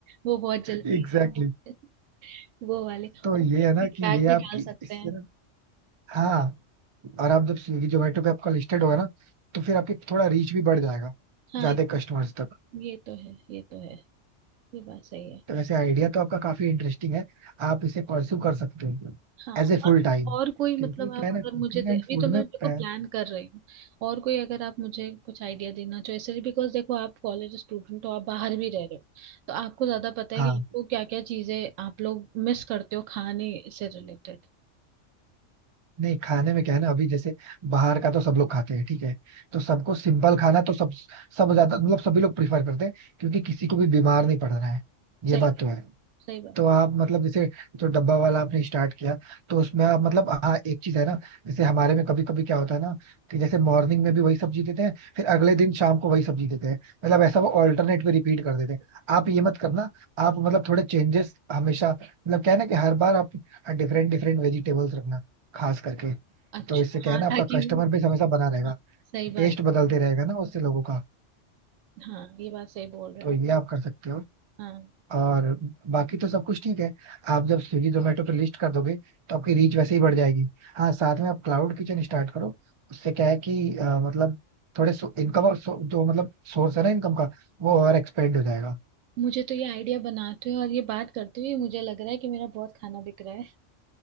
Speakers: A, on the right (about 85°); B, on the right (about 55°).
A: वो बहुत
B: एग्जैक्टली
A: जल्दी
B: exactly.
A: है वो वाले
B: तो
A: और
B: ये
A: उसमें
B: है ना
A: फीडबैक
B: कि ये
A: भी
B: आपकी
A: डाल सकते
B: इससे
A: हैं
B: ना हाँ और आप जब स्विगी जोमेटो पे आपका लिस्टेड होगा ना तो फिर आपकी थोड़ा रीच भी बढ़ जाएगा
A: हाँ
B: ज्यादा कस्टमर्स तक
A: ये तो है ये तो है ये बात सही है
B: तो वैसे आइडिया तो आपका काफी इंटरेस्टिंग है आप इसे परस्यू कर सकते हो
A: हाँ
B: एज ए फुल
A: और
B: टाइम
A: और कोई मतलब
B: क्योंकि क्या
A: आप
B: है
A: अगर
B: ना कुकिंग
A: मुझे दे
B: एंड
A: अभी
B: फूड
A: तो मैं
B: में
A: देखो
B: पै-
A: प्लान कर रही हूँ और कोई अगर आप मुझे कुछ आइडिया देना चाहो इसलिए बिकॉज देखो आप कॉलेज स्टूडेंट हो आप बाहर भी रह रहे हो तो आपको ज्यादा पता है
B: हाँ
A: कि आपको क्या क्या चीजें आप लोग मिस करते हो खाने से रिलेटेड
B: नहीं खाने में क्या है ना अभी जैसे बाहर का तो सब लोग खाते हैं ठीक है तो सबको सिंपल खाना तो सब सब ज्यादा मतलब सभी लोग प्रिफर करते हैं क्योंकि किसी को भी बीमार नहीं पड़ रहा है ये
A: सही
B: बात
A: बात,
B: तो है
A: सही बात
B: तो आप मतलब जैसे जो डब्बा वाला आपने स्टार्ट किया तो उसमें आप मतलब हाँ एक चीज है ना जैसे हमारे में कभी कभी क्या होता है ना कि जैसे मॉर्निंग में भी वही सब्जी देते हैं फिर अगले दिन शाम को वही सब्जी देते हैं मतलब ऐसा वो ऑल्टरनेट पे रिपीट कर देते हैं आप ये मत करना आप मतलब थोड़े चेंजेस हमेशा मतलब क्या है ना कि हर बार आप डिफरेंट डिफरेंट वेजिटेबल्स रखना खास करके
A: अच्छा
B: तो इससे क्या
A: हाँ
B: है ना आपका
A: ताकि
B: कस्टमर
A: वो-
B: बेस हमेशा बना रहेगा
A: हाँ, सही बात
B: टेस्ट बदलते रहेगा ना उससे लोगों का
A: हाँ ये बात सही बोल रहे
B: तो
A: हो
B: ये आप कर सकते हो
A: हाँ
B: और बाकी तो सब कुछ ठीक है आप जब स्विगी जोमेटो पे लिस्ट कर दोगे तो आपकी रीच वैसे ही बढ़ जाएगी हाँ साथ में आप क्लाउड किचन स्टार्ट करो उससे क्या है कि अ, मतलब थोड़े इनकम और सो- जो मतलब सोर्स है ना इनकम का वो और एक्सपेंड हो जाएगा
A: मुझे तो ये आइडिया बनाते हुए और ये बात करते हुए मुझे लग रहा है कि मेरा बहुत खाना बिक रहा है